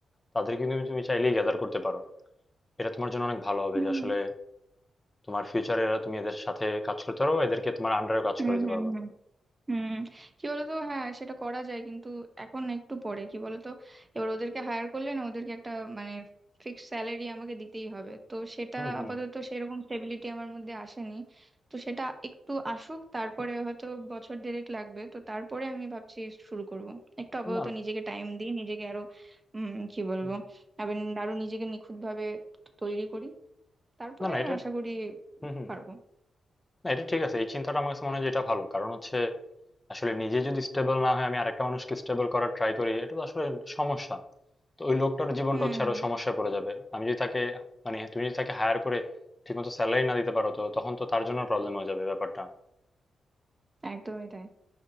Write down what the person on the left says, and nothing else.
তাদেরকে কিন্তু তুমি তুমি চাইলেই গ্যাদার করতে পারো এটা তোমার জন্য অনেক ভালো হবে
যে আসলে তোমার ফিউচারে এরা তুমি এদের সাথে কাজ করতে পারো এদেরকে তোমার আন্ডারেও কাজ
করাতে
পারবা
হুম হুম
না না
হুম।
না না এটা
হুম হুম
না এটা ঠিক আছে এই চিন্তাটা আমার কাছে মনে হয় যে এটা ভালো কারণ হচ্ছে আসলে নিজে যদি স্টেবল না হয় আমি আরেকটা মানুষকে স্টেবল করার ট্রাই করি এটা তো আসলে সমস্যা তো ওই লোকটার জীবনটা
হচ্ছে আরো সমস্যায় পড়ে যাবে আমি যদি তাকে মানে তুমি যদি তাকে হায়ার করে ঠিকমতো স্যালারি না দিতে পারো তো তখন তো তার জন্য প্রবলেম হয়ে যাবে ব্যাপারটা